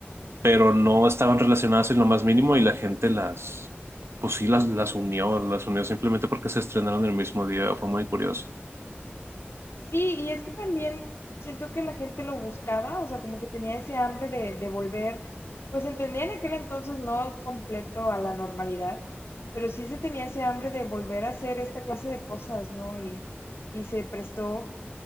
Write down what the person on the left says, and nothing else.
Sí, y es que también siento que la gente lo buscaba, o sea, como que tenía ese hambre de, de volver, pues entendía en aquel entonces no completo a la normalidad, pero sí se tenía ese hambre de volver a hacer esta clase de cosas, ¿no? Y, y se prestó,